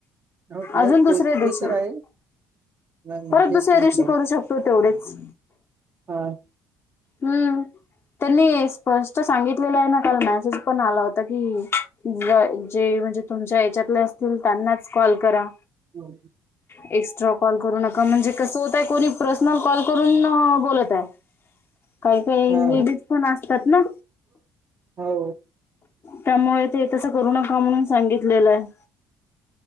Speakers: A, on the right; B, on the left.
A: हो नाही
B: अजून दुसऱ्या
A: ते
B: दिवशी
A: ते तर आहे नाही नाही
B: परत
A: तेच
B: दुसऱ्या
A: म्हटलं
B: दिवशी करू शकतो तेवढेच.
A: हां.
B: हम्म त्यांनी स्पष्ट सांगितलेलं आहे ना काल मेसेज पण आला होता की जे म्हणजे तुमच्या हच्यातले असतील त्यांनाच कॉल करा.
A: हो
B: एक्स्ट्रा कॉल करू नका म्हणजे कस होतय कोणी पर्सनल कॉल करून बोलत आहे. काही काही
A: हा
B: लेडीज पण असतात ना
A: हो.
B: त्यामुळे ते तसं करू नका म्हणून सांगितलेलं आहे.